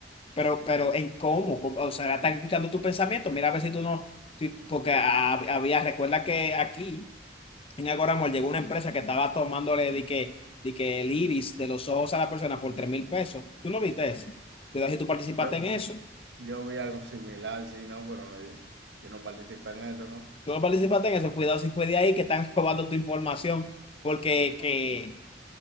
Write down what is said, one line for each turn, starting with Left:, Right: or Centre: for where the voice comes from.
Left: Pero, pero, ¿en cómo? ¿Cómo? O sea, están escuchando tus pensamientos. Mira a ver si tú no. si- Porque ah, había, recuerda que aquí. En Agora Mall llegó una empresa que estaba tomándole de que, de que el iris de los ojos a la persona por tres mil pesos. ¿Tú no viste eso? Cuidado si tú participaste
Right: Yo,
Left: en eso.
Right: yo vi algo similar, sí, no, pero no, yo no participé en eso, ¿no?
Left: Tú no participaste en eso. Cuidado si fue de ahí que están <laughs> robando tu información. Porque
Right: No,
Left: que,
Right: no.